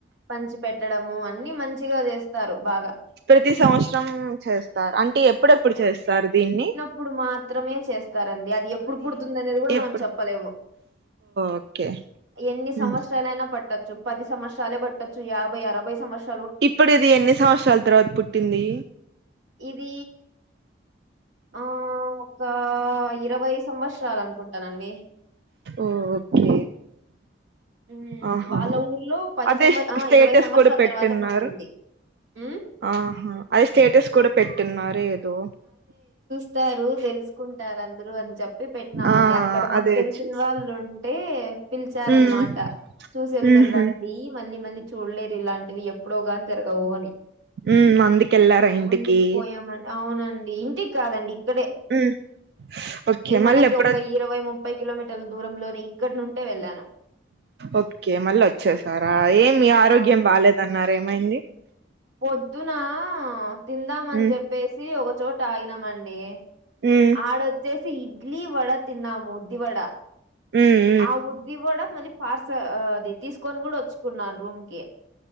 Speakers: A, on the right; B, on the right.
A: పంచి పెట్టడము అన్ని మంచిగా చేస్తారు బాగా
B: ప్రతి సంవత్సరం చేస్తారు అంటే ఎప్పుడెప్పుడు చేస్తారు దీన్ని
A: ఇప్పుడు మాత్రమే చేస్తారండి అది ఎప్పుడు పుడుతుంది అనేది కూడా మనం
B: ఎప్పుడు
A: చెప్పలేము
B: ఓకే
A: ఎన్ని సంవత్సరాలయినా
B: ఉమ్.
A: పట్టచ్చు పది సంవత్సరాలే పట్టొచ్చు యాభై అరభై సంవత్సరలు
B: ఇప్పుడు ఇది ఎన్ని సంవత్సరాల తర్వాత పుట్టింది
A: ఇది ఆ ఒక ఇరవై సంవత్సరాలు అనుకుంటానండి
B: ఓ ఓకే
A: హ్మ్.
B: ఆహా
A: వాళ్ళ ఊర్లో పది
B: అదే
A: సంవ ఆ
B: స్టేటస్
A: ఇరవై సంవత్సరాల
B: కూడా పెట్టిన్నారు
A: తర్వాత పుట్టింది ఉ
B: ఆహా అది స్టేటస్ కూడా పెట్టిన్నారు ఏదో
A: ఇస్తారు తెలుసుకుంటారు అందరు అని చెప్పారు చెప్పి పెట్టినామండి
B: ఆ
A: అక్కడ మాకు
B: అదే
A: తెలిసిన
B: చూసా
A: వాళ్ళు ఉంటే పిలిచారనమాట
B: ఉమ్
A: చూసెళ్దురు
B: ఉహు
A: రండి మళ్ళీ మళ్ళీ చూడలేరు ఇలాంటివి ఎప్పుడో గాని జరగవు అని
B: ఉమ్ అందుకెళ్ళారా ఇంటికి
A: అందుకు పోయామ అవునండి ఇంటికి కాదండి ఇక్కడే
B: హ్మ్ ఓకే
A: ఏ మనకి
B: మళ్ళీ ఎప్పుడొ
A: ఒక ఇరవై ముప్పై కిలోమీటర్ల దూరంలోని ఇక్కడ నుంటే వెళ్ళాను
B: ఓకే మళ్ళ అచ్చేసారా ఏమి
A: అవును
B: ఆరోగ్యం బాలేదన్నారేమైంది
A: పొద్దునా తిందామని
B: ఉమ్
A: చెప్పేసి ఒక చోట ఆగినమండి
B: హ్మ్
A: ఆడొచ్చేసి ఇడ్లీ వడ తిన్నాము ఉద్ది వడ
B: హ్మ్
A: ఆ ఉద్ది వడ మళ్ళి పార్సల్ అది తీసుకొని కూడా వచ్చుకున్నాను రూమ్ కి